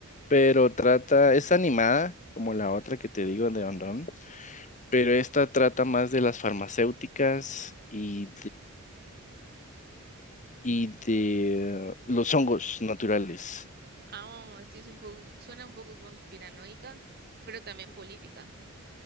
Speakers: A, on the left; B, on the right.
A: pero trata, es animada, como la otra que te digo de Ondón, pero esta trata más de las farmacéuticas y y de los hongos naturales.
B: Ah, sí, es un poco, suena un poco conspiranoica, pero también política.